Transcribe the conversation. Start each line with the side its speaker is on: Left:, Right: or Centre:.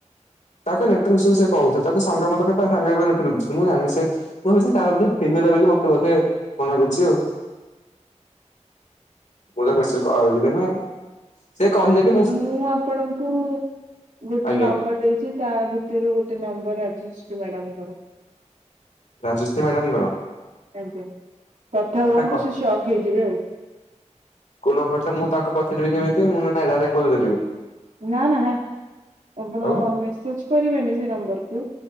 Left: ତା ତ ନେଟର ସେ ସ କହୁଛି ତାକୁ ସାଙ୍ଗମଙ୍ଗ ତ ତା ସାଙ୍ଗରେ ତ ଦେଖୁଥିଲୁ। ମୁଁ ଜାଣିନି ସେ ମୁଁ ଭାବୁଛି ତାର ବୋଧେ ସିଙ୍ଗେଲେ ବଲେ ମୋତେ ବୋଧେ ମନା କରୁଛି। ଜିଅ। ମୁଁ ତ ମେସେଜେ କରିବିନି। ସେ କହିଲେ ବି
Right: ମୁଁ ଆପଣଙ୍କୁ। ଗୋଟେ
Left: ଆଜ୍ଞା
Right: ନମ୍ବର ଦେଇଛି ତା ଭିତରୁ ଗୋଟେ ନମ୍ବର ରାଜଶ୍ରୀ ମ୍ୟାଡାମଙ୍କର।
Left: ରାଜସ୍ତ୍ରୀ ମ୍ୟାଡ଼ାମକଂର।
Right: ଆଜ୍ଞା। କଥା ହୁଅନ୍ତୁ
Left: କ
Right: ସେ ସକ୍ ହେଇଯିବେ ଆଉ।
Left: କୋଉ ନମ୍ବର ଟା ମୁଁ ତାଙ୍କୁ ପଚାରିବି କେମିତି ମୁଁ ନହେଲେ ତା ଜାଗାରେ କଲ କୁ ଯିବୁ।
Right: ନାଁ ନାଁ ହେଁ। ଆପଣ
Left: ଆଉ
Right: ମେସେଜ କରିବେ ନି ସେ ନମ୍ବର କୁ।